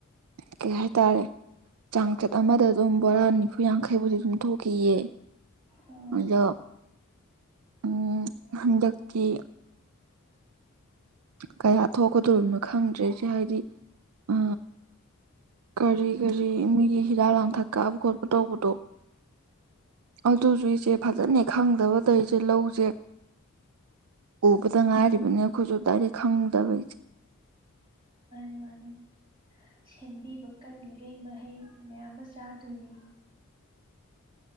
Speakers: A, on the right; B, on the right.
A: ꯀꯩ ꯍꯥꯏꯇꯥꯔꯦ ꯆꯥꯡꯆꯠ ꯑꯃꯗ ꯑꯗꯨꯝ ꯕꯣꯔꯥ ꯅꯤꯐꯨ ꯌꯥꯡꯈꯩꯕꯨꯗꯤ ꯑꯗꯨꯝ ꯊꯣꯛꯈꯤꯑ
B: ꯎꯝ
A: ꯑꯗꯨꯗ ꯎꯝ ꯍꯗꯀꯤ ꯀꯌꯥ ꯊꯣꯛꯀꯗꯣꯔꯤꯕꯅꯣ ꯈꯪꯗ꯭ꯔꯦ ꯁꯤ ꯍꯥꯏꯗꯤ ꯑ ꯀꯔꯤ ꯀꯔꯤ ꯃꯤꯒꯤ ꯍꯤꯗꯥꯛ ꯂꯥꯡꯊꯛ ꯀꯥꯕ ꯈꯣꯠꯄ ꯇꯣꯛ ꯄꯨꯇꯣꯛ ꯑꯗꯨꯁꯨ ꯏꯆꯦ ꯐꯖꯅ ꯈꯪꯗꯕꯗꯧ ꯏꯆꯦ ꯂꯧꯁꯦ ꯎꯕꯗ ꯉꯥꯏꯔꯤꯕꯅꯤ ꯑꯩꯈꯣꯏꯁꯨ ꯗꯥꯏꯗꯤ ꯈꯪꯗꯕꯩꯁꯦ
B: ꯉꯅ ꯁꯦꯝꯕꯤꯕ ꯀꯜꯂꯤꯈꯩ ꯃꯍꯩ ꯃꯌꯥꯝ ꯑꯃ ꯆꯥꯗꯣꯏꯅꯤ